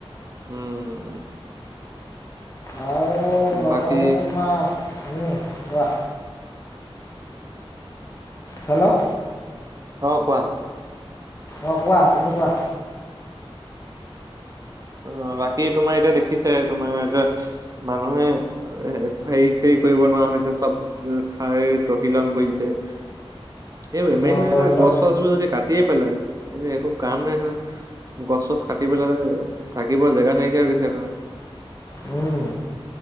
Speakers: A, on the right (about 35°); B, on the left (about 30°).
A: উম।
B: আৰু লগতে
A: বাকী
B: তোমাৰ, উম কোৱা। হেল্ল'
A: অ' কোৱা।
B: অ' কোৱা। তুমি কোৱা।
A: অ', বাকী তোমাৰ এতিয়া দেখিছায়ে তোমাৰ, মানুহে অ', হে-হেৰি-চেৰি কৰিব নোৱাৰা হৈ যায়। চব খাই তহিলং কৰিছে। <inaudible> এই <unintelligible>
B: অ তহিলং
A: গছ-চছবোৰ যদি কাটিয়ে পেলায়, একো কাম নাই নহয়। গছ-চছ কাটি পেলালে, থাকিব জাগা নাইকিয়া হৈ গৈছে সিহঁতৰ।
B: উম।